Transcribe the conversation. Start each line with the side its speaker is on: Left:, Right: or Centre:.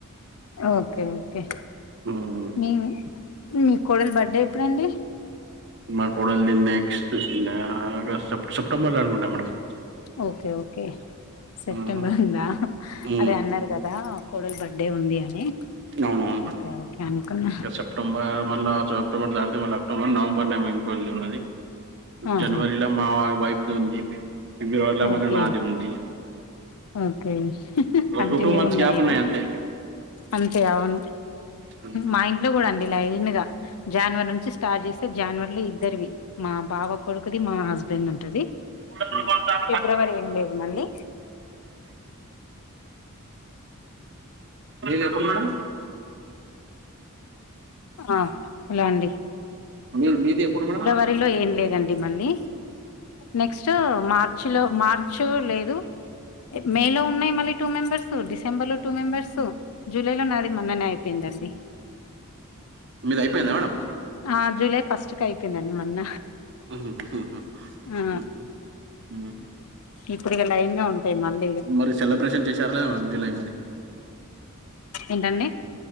Left: ఓకే ఓకే
Right: మ్మ్
Left: మీ మీ కోడలు బర్త్డే ఎప్పుడుండి
Right: మా కూడలు దీన్ని నెక్స్ట్ప్ సెప్టెంబర్లో అనుకుంటాను మేడమ్
Left: ఓకే ఓకే సెప్టెంబర్
Right: మ్మ్
Left: ఉందా
Right: మ్మ్
Left: అదే అన్నారు కదా కోడల్ బర్త్డే ఉంది అని
Right: అవునువును మేడంమ్
Left: ఓకే అనుకున్న
Right: సెప్టెంబర్ మల అక్టోబర్ తర్వాత మళ్ళ అక్టోబర్ నవంబర్ లోఉంకోలిది ఉన్నది
Left: ఆహా
Right: జనవరిలో మా వైఫది ఉంది పీబ్రవరి ళ్ళ మరి
Left: ఓకే
Right: నాది ఉంది
Left: ఓకే
Right: ఒక
Left: కంటిన్యూగా
Right: టూ టూ మంత్స్
Left: ఉన్నాయి
Right: గ్యాప్
Left: ఇక
Right: అంతే
Left: అంతే అవును
Right: మ్మ్
Left: మా ఇంట్లో కూడా అండి లైన్ గా జనవరి నుంచి స్టార్ట్ చేస్తే జనవరిలో ఇద్దరివి మా బావ కొడుకుది మా హస్బెండ్ ఉంటది
Right: ళ్
Left: ఫిబ్రవరి ఎనిమీ లేది మళ్ళీ
Right: చెప్పుం మేడం <unintelligible>
Left: ఆ అలా అండి
Right: మీ మీది ఎప్పుడు మేడం
Left: ఏప్రిల్లోఎం లేండి మళ్ళి నక్ట్ మార్చ్ లో మార్చ లేదు మే లో ఉన్నాయి మళ్ళీ టూ మెంబర్స్ డిసెంబర్ లో టూ మెంబర్స్ జులై లో నాది మొన్ననే అయిపోయిందండి
Right: మీద అయిపోయిందా మేడం
Left: ఆ జూలై ఫస్ట్ క అయిపోయిందండి మొన్న
Right: <inaudible>
Left: ఆ ఇప్పుడు ఇ లైన్ గా ఉంటాయి మళ్లీ
Right: మరి సెలబ్రేషన్ చేశారా లేదా మేడం జూలై మరి
Left: ఏంటండి